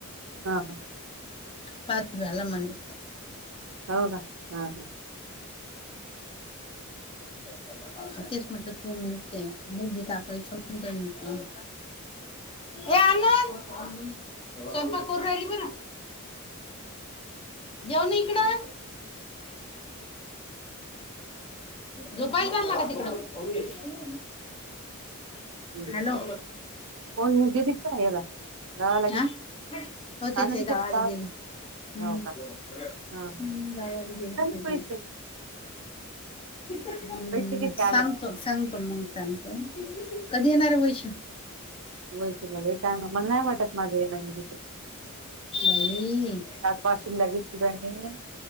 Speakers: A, on the right; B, on the left.
A: हा हा.
B: पास झाला म्हणे.
A: हो का हा हा.
B: <unintelligible> तेच म्हटलं, तुम
A: हो.
B: ते बघू ते आपलं संपून जाईल म्हटलं. ए अनु स्वयंपाक करू राहिली बरं. जेवणा इकडं झोपायला चांला का तिकडं.
A: हं.
B: हॅलो.
A: कोण दिली का याला गावाला
B: हा
A: गेली
B: हो तेचि
A: आनंदच्या
B: आई गवालं
A: गावाला
B: गेली. हम्म
A: हो का
B: हम्म
A: हा हा
B: गावाला गेली
A: किती
B: ती
A: आले पैसे
B: हम्म
A: पैसे किती
B: सांगतो
A: आले म्हणजे
B: सांगतो मग सांगतो, कधी येणार आहे वैश्यु?
A: वैश्यु लालय टाईम आहे मला नाही वाटात माझ येणार हाय तिथं.
B: बाई
A: लाग बासून लगेच तणी.